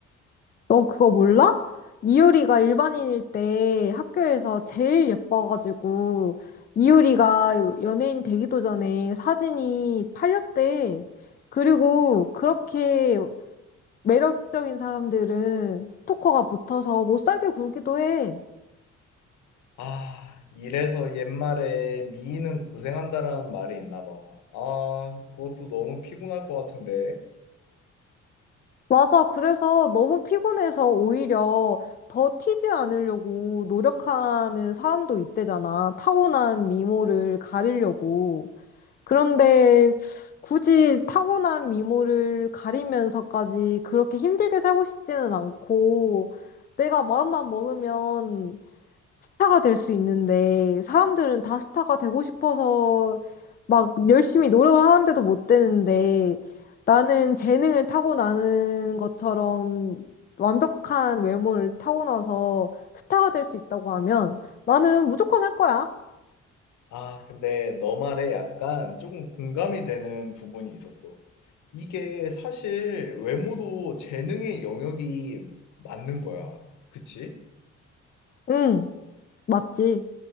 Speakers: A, on the left (about 30°); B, on the left (about 75°).
A: 너 그거 몰라? 이효리가 일반인일 때 학교에서 제일 예뻐가지고 이효리가 연예인 되기도 전에 사진이 팔렸대. 그리고 그렇게 매력적인 사람들은 스토커가 붙어서 못 살게 굴기도 해.
B: 아, 이래서 옛말에 미인은 고생한다라는 말이 있나 봐. 아, 그것도 너무 피곤할 것 같은데.
A: 맞아. 그래서 너무 피곤해서 오히려 더 튀지 않으려고 노력하는 사람도 있대잖아. 타고난 미모를 가리려고. 그런데 굳이 타고난 미모를 가리면서까지 그렇게 힘들게 살고 싶지는 않고 내가 마음만 먹으면 스타가 될 수 있는데 사람들은 다 스타가 되고 싶어서 막 열심히 노력을 하는데도 못 되는데 나는 재능을 타고나는 것처럼 완벽한 외모를 타고나서 스타가 될 수 있다고 하면 나는 무조건 할 거야.
B: 아, 근데 너 말에 약간 조금 공감이 되는 부분이 있었어. 이게 사실 외모도 재능의 영역이 맞는 거야. 그치?
A: 응, 맞지.